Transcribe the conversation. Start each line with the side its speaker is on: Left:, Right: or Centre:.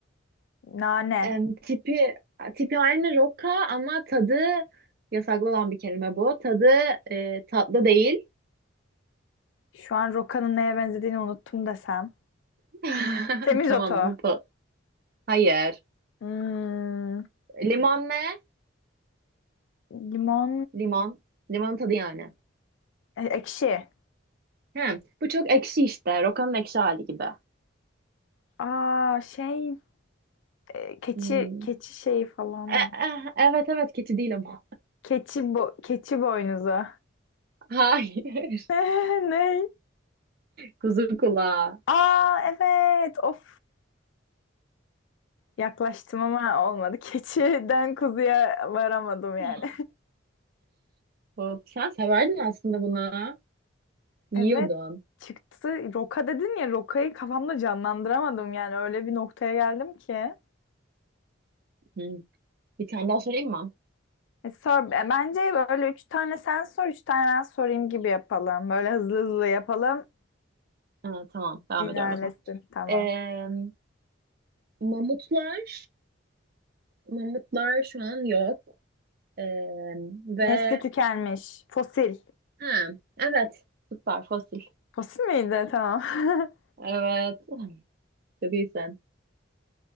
Left: nane.
Right: Em, tipi tipi aynı roka ama tadı yasaklı olan bir kelime bu. Tadı e, tatlı değil.
Left: Şu an rokanın neye benzediğini unuttum desem.
Right: <laughs>
Left: Temizotu.
Right: Tamam bunu pa- Hayır.
Left: Hmm,
Right: Limon ne?
Left: limon,
Right: Limon. Limon tadı yani.
Left: e, ekşi.
Right: Hı, bu çok ekşi işte. Rokanın ekşi hali gibi.
Left: Aa şey, e, keçi
Right: Hmm.
Left: keçi şeyi falan.
Right: E, e, evet evet keçi değil ama.
Left: Keçi bo keçi boynuzu.
Right: <laughs> Hayır.
Left: <laughs> Ne?
Right: Kuzu kulağı.
Left: Aa evet. Of. Yaklaştım ama olmadı. <laughs> Keçiden kuzuya varamadım yani.
Right: <laughs> Hop, sen severdin aslında bunu. Yiyordun.
Left: Evet çıktı. Roka dedin ya Roka'yı kafamda canlandıramadım yani öyle bir noktaya geldim ki.
Right: Hı. Bir tane daha sorayım mı?
Left: E, sor, e, bence böyle üç tane sen sor üç tane ben sorayım gibi yapalım. Böyle hızlı hızlı yapalım
Right: Ha, tamam devam
Left: ilerlesin
Right: ediyorum o zaman.
Left: tamam.
Right: Ee, mamutlar, mamutlar şu an yok. Ee, ve
Left: Nesli tükenmiş. Fosil.
Right: ha, evet, süper fosil.
Left: Fosil miydi? Tamam. <laughs>
Right: Evet, <laughs> çok iyisin.